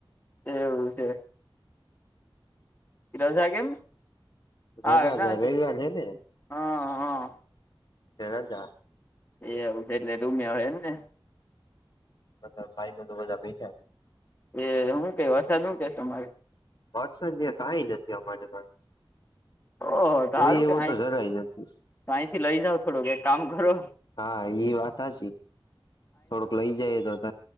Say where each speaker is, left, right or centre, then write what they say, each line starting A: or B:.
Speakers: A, on the left (about 20°); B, on the left (about 50°).
A: એવું છે. કીધ થાગેમ હા
B: રજા
A: ઘ છે
B: રવિવાર
A: કે
B: ને
A: હ હ
B: તેર હજાર
A: એ આવું છે એટલે રૂમ્યા હોય એમ ને
B: બ ફાઈ બધ બધા બેઠ
A: એ હું કય વસાદું કે તમારે
B: વાટસન કઈ નથી અમારે તો
A: ઓહ તો
B: જોઈએ
A: સારું
B: એવો
A: કે
B: તો જરાય નથી
A: તોઈથી લઈ જાાવ થોડોક કામ કરો
B: હા એ વાત હ છે. થોડોક લઈ જઈએ તો ત